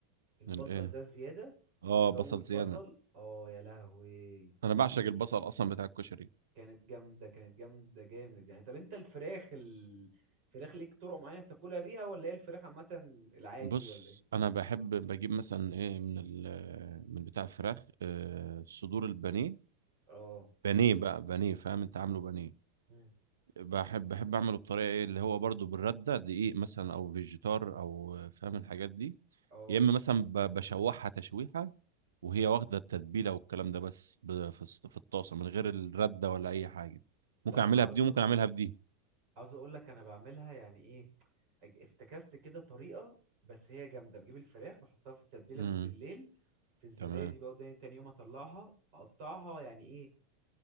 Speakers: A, on the right; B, on the right.
A: البصل
B: الايه
A: ده الزياده
B: اه
A: وازود
B: بصل زياده
A: بصل اه يا لهوي
B: انا بعشق البصل اصلا بتاع الكشري
A: كانت جامده كانت جامده جامد يعني طب انت الفراخ ال- الفراخ ليك طرق معينه بتاكلها بيها ولا هي الفراخ عامه العادي
B: بص
A: ولا ايه
B: انا بحب بجيب مثلا ايه من ال من بتاع الفراخ آه، صدور البانيه
A: اه
B: بانيه بقى بانيه فاهم انت عامله بانيه
A: مم.
B: بحب بحب اعمله بطريقه ايه اللي هو برضو بالرده دقيق مثلا او فيجيتار او فاهم الحاجات دي
A: اه
B: يا اما مثلا ب- بشوحها تشويحه وهي واخده التتبيله والكلام ده بس ب- في الص- في الطاسه من غير الرده ولا اي حاجه
A: لا
B: ممكن اعملها
A: انا عاوز
B: بدي وممكن اعملها بدي
A: عاوز اقول لك انا بعملها يعني ايه أج- افتكست كده طريقه بس هي جامده بجيب الفراخ بحطها في التتبيله
B: امم
A: من بالليل في الزبادي
B: تمام
A: بقى وداني تاني يوم اطلعها اقطعها يعني ايه